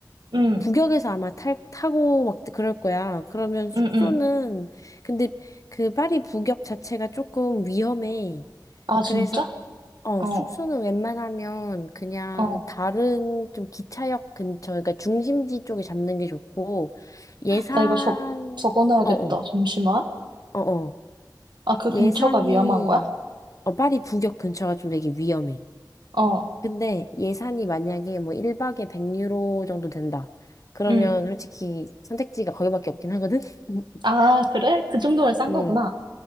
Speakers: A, on the right; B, on the left.
A: 응,
B: 북역에서 아마 탈, 타고 막 그럴 거야. 그러면 숙소는,
A: 응, 응.
B: 근데 그 파리 북역 자체가 조금 위험해.
A: 아,
B: 그래서,
A: 진짜?
B: 어,
A: 어,
B: 숙소는 웬만하면 그냥
A: 어.
B: 다른 좀 기차역 근처, 그러니까 중심지 쪽에 잡는 게 좋고, 예산,
A: 나 이거 적, 적어놔야겠다.
B: 어어.
A: 잠시만.
B: 어어.
A: 아, 그 근처가
B: 예산이,
A: 위험한 거야?
B: 어, 파리 북역 근처가 좀 되게 위험해.
A: 어,
B: 근데 예산이 만약에 뭐 1박에 100유로 정도 된다. 그러면
A: 응.
B: 솔직히 선택지가 거기밖에 없긴 하거든? <laughs>
A: 아, 그래? 그 정도면 싼
B: 응.
A: 거구나.